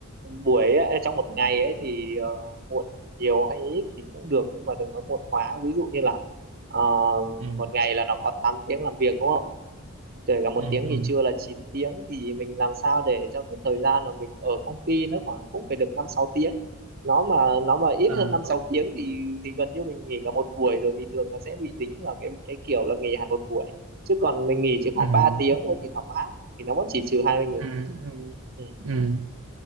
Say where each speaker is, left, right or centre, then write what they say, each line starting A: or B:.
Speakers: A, on the right (about 45°); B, on the right (about 70°).
A: buổi ấy, trong một ngày ấy thì ờ, muộn nhiều hay ít thì cũng được nhưng mà đừng có muộn quá ví dụ như là ờ,
B: ừ
A: một ngày là nó có 8 tiếng làm việc đúng không kể cả một
B: ừ
A: tiếng
B: ừ
A: nghỉ trưa là chín tiếng thì mình làm sao để cho cái thời gian mà mình ở công ty nó khoảng cũng phải được 5 6 tiếng. Nó mà nó mà ít
B: à,
A: hơn 5 6 tiếng thì thì gần như mình nghỉ cả một buổi rồi thì thường nó sẽ bị dính vào cái cái kiểu là nghỉ hẳn một buổi. Chứ còn mình nghỉ chỉ
B: ừ
A: khoảng
B: ừ
A: 3 tiếng thôi thì thoải mái thì nó vẫn chỉ trừ 20.000.
B: ừ
A: Ừ.
B: ừ